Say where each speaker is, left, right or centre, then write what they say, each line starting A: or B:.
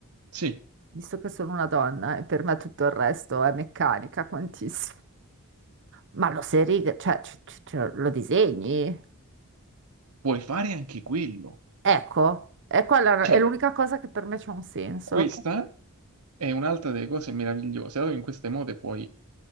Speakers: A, on the right (about 85°); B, on the right (about 55°).
A: Sì,
B: visto che sono una donna e per me tutto il resto è meccanica, quantissimo. Ma lo sei riga, cioè, c- c- cioè, lo disegni?
A: puoi fare anche quello.
B: Ecco, e quella
A: Cioè,
B: è l'unica cosa che per me c'ha un senso.
A: Questa
B: che-
A: è un'altra delle cose meravigliose, dato che in queste mode puoi,